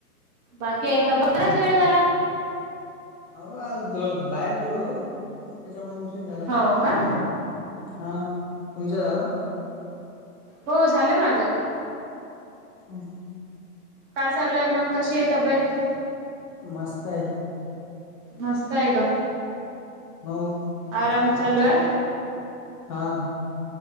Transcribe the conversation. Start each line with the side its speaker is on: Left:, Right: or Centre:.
Right: बाकी आहे का बराच वेळ झाला?
Left: अ बाहेर गेलो होतो. त्याच्यामुळे उशीर झाला.
Right: हो का?
Left: हा तुमचं झालं का?
Right: हो झालं माझं.
Left: हम
Right: काय चालू आहे. मग कशी आहे तब्येत?
Left: मस्त हे
Right: मस्त आहे का,
Left: हो
Right: आराम चालू आहे.
Left: हा